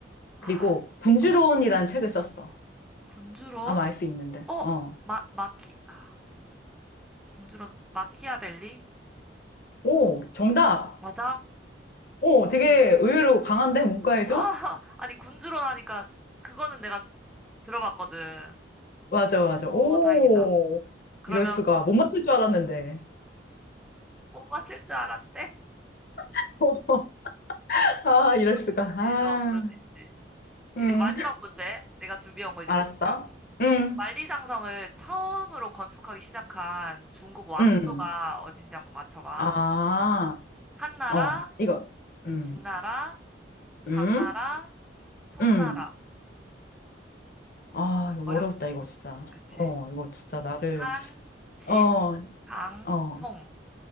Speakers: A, in the centre; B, on the left (about 50°).
A: 아,
B: 그리고 군주론이라는
A: 어,
B: 책을 썼어.
A: 군주론?
B: 아마 알 수 있는데.
A: 어,
B: 어.
A: 마, 마키, 아, 군주론, 마키아벨리?
B: 오, 정답!
A: 맞아?
B: 오, 되게
A: 음.
B: 의외로 강한데, 문과에도?
A: 아, <laughs> 아니, 군주론 하니까, 그거는 내가 들어봤거든.
B: 맞아, 맞아.
A: 어,
B: 오,
A: 다행이다. 그러면
B: 이럴 수가. 못 맞출 줄 알았는데.
A: 못 맞힐 줄 알았대? <laughs>
B: <laughs> 아, 이럴
A: 그럴
B: 수가.
A: 수 있지.
B: 아,
A: 어, 그럴 수 있지. 이제
B: 음,
A: 마지막 문제. 내가 준비한 거 이제
B: 알았어.
A: 끝이야.
B: 음.
A: 만리장성을 처음으로 건축하기 시작한 중국 왕조가
B: 음,
A: 어딘지 한번 맞춰봐.
B: 아,
A: 한나라,
B: 어, 이거, 음,
A: 진나라,
B: 음,
A: 당나라, 송나라.
B: 음, 아, 이거
A: 어렵지?
B: 어려웠다, 이거 진짜.
A: 그치?
B: 어, 이거 진짜 나를,
A: 한, 진,
B: 어,
A: 당,
B: 어,
A: 송.